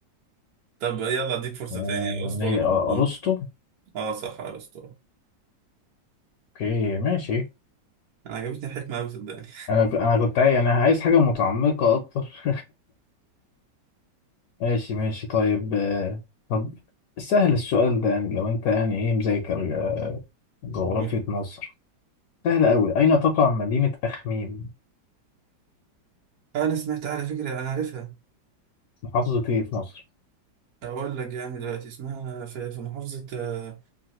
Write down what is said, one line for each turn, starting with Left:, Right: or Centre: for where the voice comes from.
Right: طب يلا اديك فرصة
Left: آه
Right: تاني ارسطو
Left: ليه
Right: ولا افلاطون
Left: آه، ارسطو
Right: اه صح ارسطو
Left: اوكي ماشي
Right: انا عجبتني الحكمة اوي صدقني
Left: انا ك- انا كنت عاي- يعني عايز حاجه متعمقه اكتر ماشي ماشي طيب آه طب سهل السؤال ده يعني لو انت يعني ايه مذاكر آه، جغرافية
Right: قول
Left: مصر سهل قوي اين تقع مدينة اخميم
Right: انا سمعت على فكرة انا عارفها
Left: محافظة ايه في مصر؟
Right: اقول لك يا عم دلوقتي اسمها في, في محافظة آه،